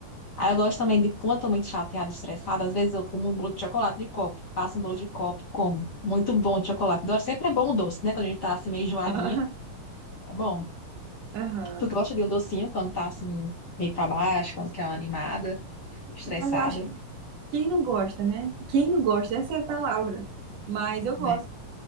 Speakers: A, on the left; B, on the right.
A: Aí eu gosto também de, como eu tô muito chateada, estressada, às vezes eu como um bolo de chocolate de copo, passo um bolo de copo, como. Muito bom de chocolate. Adoro, sempre é bom o doce, né? Quando a gente tá assim meio enjoadinha.
B: aham,
A: Bom,
B: aham.
A: tu gosta de um docinho quando tá assim, meio pra baixo, quando quer uma animada, estressada,
B: Mas eu acho que quem não gosta, né? Quem não gosta, essa é a palavra. Mas eu
A: né?
B: gosto.